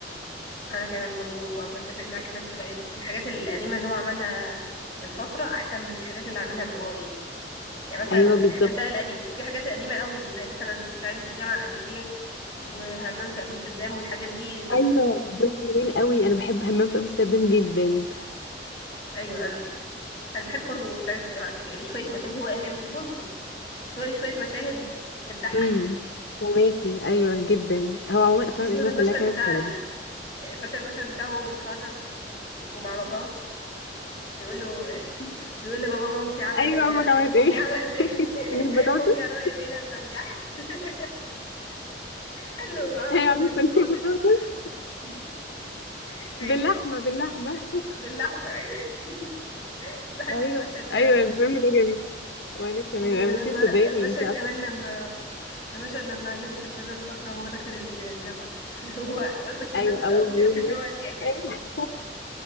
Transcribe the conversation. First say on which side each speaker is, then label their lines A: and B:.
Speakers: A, on the left; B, on the left.
A: انا كمان برضو ب- بتفق معاك في نفس الرأي ده الحاجات القديمة اللي هو عملها من فترة احسن من الحاجات اللي عاملها من قريب يعني مثلا
B: ايوه بالظبط
A: الحاجات بقى القديمة في حاجات قديمة قوي زي مثلا صعيدي في الجامعة الأمريكية وهمام في امستردام والحاجات دي تحفة
B: ايوه دول حلوين قوي انا بحب همام في امستردام جدا
A: ايوه انا انا بحب برضو صعيدي في الجامعة الأمريكية ليه شوية مشاهد هو هي مش بطولته بس هو ليه شوية مشاهد بتضحك
B: امم فهماكي ايوه جدا هو عموما الافلام
A: خصوصا
B: القديمه
A: المشهد
B: كلها كانت
A: بتاع
B: حلوه
A: ال- فاكر المشهد بتاعه وهو بيتخرج ومع باباه بيقول له <laughs> بيقول لبابا مامتي عملت
B: ايوه
A: ايه ل-
B: امك عملت ايه
A: امي عملت ايه
B: <laughs> صينيه
A: <laughs>
B: بطاطس
A: امي عملت ايه لما نجحت <laughs> قال له عملت
B: هي عملت
A: صينيه بطاطس
B: صينيه بطاطس
A: <laughs> ايوه
B: باللحمه باللحمه
A: باللحمه ايوه <laughs> بحب
B: ايوه
A: المشهد
B: ايوه
A: ده قوي
B: الفيلم ده جميل وانا كمان
A: ولما
B: انا بس تصدقي اللي
A: مشهد
B: انت اصلا
A: كمان لما مشهد لما لبس البيضه الصفراء وهو داخل ال- الجامعه <laughs> هو واثق في
B: ايوه
A: نفسه
B: اول
A: قوي شايف
B: يوم ليه
A: ان هو شياكه
B: ايوه